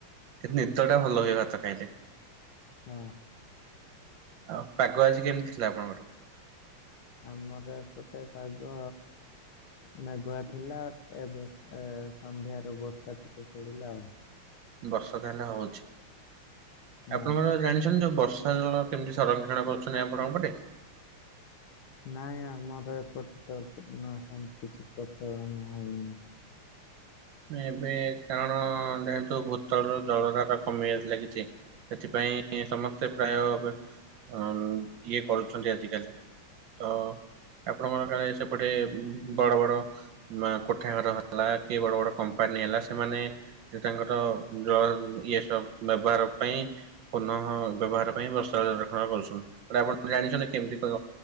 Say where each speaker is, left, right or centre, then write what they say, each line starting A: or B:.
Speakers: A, on the right (about 65°); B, on the left (about 75°).
A: ନିଦ ଟା ଭଲ ହୁଏ ଭାତ ଖାଇଲେ।
B: ହଁ।
A: ଆଉ ପାଗ ଆଜି କେମିତି ଥିଲା ଆପଣଙ୍କର?
B: ଆମର ଏପଟେ ପାଗ ମେଘୁଆ ଥିଲା ଏବେ ଏ ସନ୍ଧ୍ୟାରୁ ବର୍ଷା ଟିକେ ପଡିଲା ଆଉ।
A: ବର୍ଷା ତା ହେଲେ ହଉଚି
B: ହଁ।
A: ଆପଣ କଣ ଜାଣିଛନ୍ତି ଯୋଉ ବ ବର୍ଷା ଜଳ କେମିତି ସଂରକ୍ଷଣ କରୁଚନ୍ତି ଆପଣଙ୍କ ପଟେ?
B: ନାଇଁ ଆମର ଏପଟେ ତ ମ ସେମିତି କିଛି ପ୍ରଚଳନ ନାହିଁ।
A: ଏବେ କାରଣ ଯେହେତୁ ଭୂତଳରୁ ଜଳ ଧାରା କମିବାରେ ଲାଗିଛି ସେଥିପାଇଁ ପାଇଁ ସମସ୍ତେ ପ୍ରାୟ ଅ ଇଏ କରୁଚନ୍ତି ଆଜିକାଲି। ତ ଆପଣଙ୍କର କାଳେ ସେପଟେ ମ ବଡ ବଡ ମ କୋଠା ଘର ହେଲା କି ବଡ ବଡ କମ୍ପାନୀ ହେଲା ସେମାନେ ତାଙ୍କର ଜଳ ଇଏ ସବୁ ବ୍ୟବହାର ପାଇଁ କ ପୁନଃ ବ୍ୟବହାର ପାଇଁ ବର୍ଷା ଜଳ ସଂରକ୍ଷଣ କରୁଛନ୍ତି ଆପଣ ଜାଣିଛନ୍ତି କେମିତି କଣ